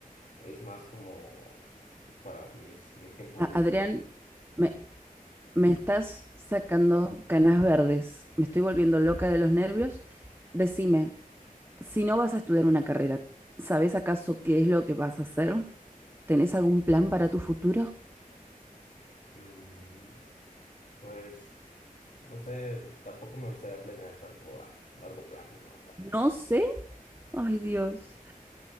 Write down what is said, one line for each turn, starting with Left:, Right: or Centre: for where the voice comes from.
Left: es más como pues, para mis, mis tiempos
Right: A-
Left: libres.
Right: Adrián, me, me estás sacando canas verdes. Me estoy volviendo loca de los nervios. Decime, si no vas a estudiar una carrera, ¿sabés acaso qué es lo que vas a hacer? ¿Tenés algún plan para tu futuro?
Left: Mm, pues, no sé, tampoco me gustaría planear tanto a largo plazo, ma- ma-
Right: No sé. Ay, Dios.